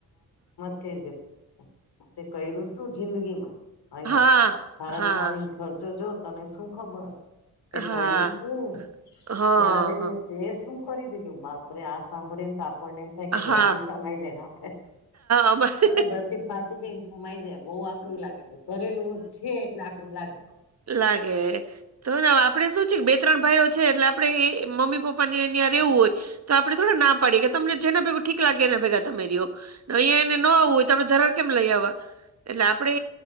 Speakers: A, on the left; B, on the right.
A: ક ગ. તે કર્યું શું જિંદગી માં અહિયા
B: હા
A: ભારતમાં
B: હા
A: આવીને ખર્ચો જો તને શું ખબર કે
B: હા હા
A: કર્યું શું
B: હા
A: ત્યાં રહીને. તે શું કરી દીધું બાપરે આ સાંભળીન તો આપણનેમ થઈ કે
B: હા
A: ધરતી સમાય જાયને આપડે
B: અમારે
A: પણ ધરતી ફાટી જઈને સમાય જાય બહુ આકરું લાગે છે કરેલું છે એટલે આકરું લાગે છે.
B: તો લાગે તો આપડે શું છે બે ત્રણ ભાઈઓ છે એટલે આપડણે એ મમ્મી પપ્પા ને ન્યા રહેવું હોય. તો આપણેે થોડા ના પાડીએ ગ તમને જેના ભેગું ઠીક લાગે એના ભેગા તમેરીઓ. અહિયાંયા એને ન આવવું હોય તો આપડ ધરાડ કેમ લઈ આવવા. એટલે આપડે